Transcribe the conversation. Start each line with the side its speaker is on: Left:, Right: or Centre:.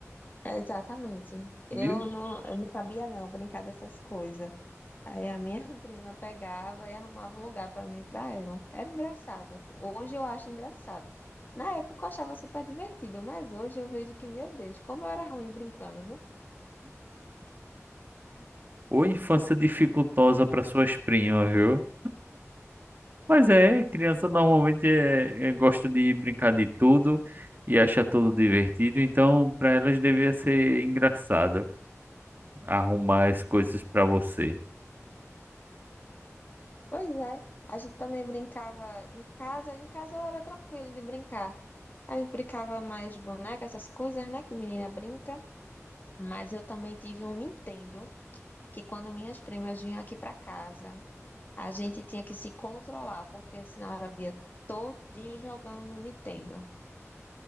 Left: Exatamente. Eu
Right: Meu,
Left: não, eu não sabia não brincar dessas coisas. Aí a minha <laughs> prima pegava e arrumava um lugar para mim e para ela. Era engraçado assim. Hoje eu acho engraçado. Na época eu achava super divertido, mas hoje eu vejo que, meu Deus, como eu era ruim brincando, viu?
Right: ou infância dificultosa para suas primas, viu? Mas é, criança normalmente é, é- gosta de brincar de tudo e acha tudo divertido, então para elas devia ser engraçado arrumar as coisas para você.
Left: Pois é. A gente também brincava em casa. Em casa eu era tranquilo de brincar. Aí brincava mais de boneca, essas coisas, né, que menina brinca. Mas eu também tive um Nintendo que quando minhas primas vinham aqui para casa A gente tinha que se controlar, porque senão era o dia todinho jogando no Nintendo.